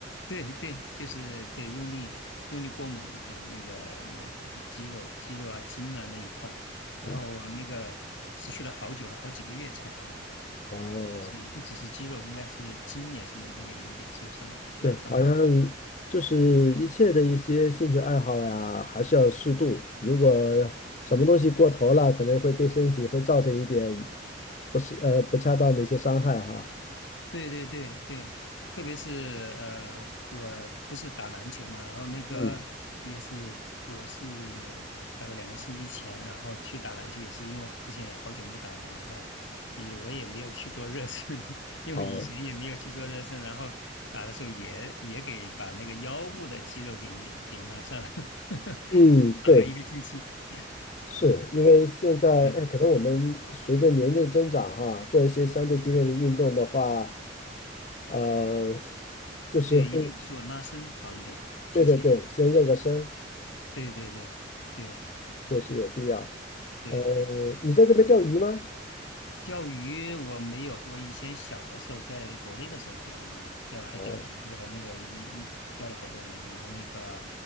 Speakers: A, on the left; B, on the left.
A: 对对，就是对用力用力过猛，就是那个那个肌肉肌肉啊筋啊那一块，然后那个持续了好久了，
B: 嗯
A: 好几个月才好。
B: 哦，
A: 就是不只是肌肉，应该是筋也是那个有一点受伤拉伤。
B: 对，好像就是一切的一些兴趣爱好呀，还是要适度。
A: 嗯
B: 如果
A: 嗯，
B: 什么东西过头了，可能会对身体会造成一点不是呃不恰当的一些伤害哈。
A: 对对对对，特别是呃，我不是打篮球嘛，然后那个也是我是大概两个星期前，
B: 嗯，
A: 然后去打篮球，也是因为之前也好久没打了，然后也我也没有去做热身，<laughs> 因为以前也没有去做热身，
B: 哦，
A: 然后打的时候也也给把那个腰部的肌肉给你给拉伤了，<laughs>
B: 嗯，
A: 躺了一个星期。
B: 对，是因为现在，
A: 嗯嗯。
B: 哎，可能我们随着年龄的增长哈，做一些相对激烈的运动的话，呃，就是会
A: 对，一定做拉伸好一点，提前。
B: 对对对，先热个身，
A: 对对对对
B: 确实有必要。
A: 对，
B: 呃，你在这边钓鱼吗？
A: 钓鱼我没有，我以前小的时候在国内的时候钓鱼，钓还钓挺多的，
B: 哦，
A: 那个一一钓了好多年，然后那个